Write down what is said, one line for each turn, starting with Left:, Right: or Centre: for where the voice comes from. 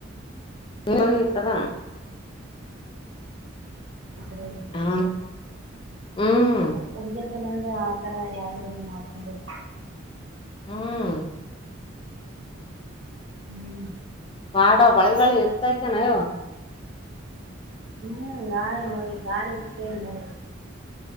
Left: ಇಲ್ಲೇನು ಈತರ
Right: ಈ ತರ
Left: ಹಾ ಹ್ಮ್ <unintelligible>
Right: ಹುಡುಗೆರ್ಸಲಿಂದ ಆತರ ಯಾರು ಏನ ಮಾಡ್ಕೊಂಡಿಲ್ಲ.
Left: ಹ್ಮ್
Right: ಹ್ಮ್,
Left: ಮಾಡೋ ಮಳೆಗಳು ಇತ್ತತೈತೆ ನಯವು <unintelligible>
Right: ಹ್ಮ್, ಗಾಳಿ, ಮಳಿ -ಗಾಳಿಎಚ್ಚಿಗಿ,